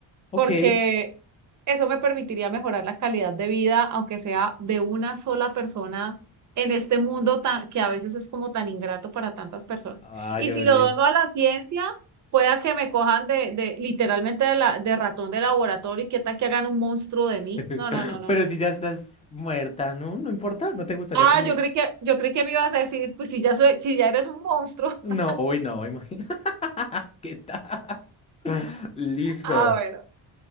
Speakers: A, on the left (about 15°); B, on the right (about 40°).
A: Ok.
B: porque eso me permitiría mejorar la calidad de vida, aunque sea de una sola persona en este mundo tan, que a veces es como tan ingrato para tantas personas.
A: Ay,
B: Y si
A: oye.
B: lo dono a la ciencia... pueda que me cojan de, de literalmente de, la, de ratón de laboratorio y qué tal que hagan un monstruo de mí.
A: <laughs>
B: No, no, no, no,
A: Pero
B: no.
A: si ya estás muerta, ¿no? No importa, no te gustaría
B: Ah,
A: como...
B: yo creí que, yo creí que me ibas a decir, pues si ya soy, si ya eres un monstruo.
A: No,
B: <laughs>
A: hoy no, imagina <laughs> qué tal. <laughs> Listo.
B: Ah, bueno.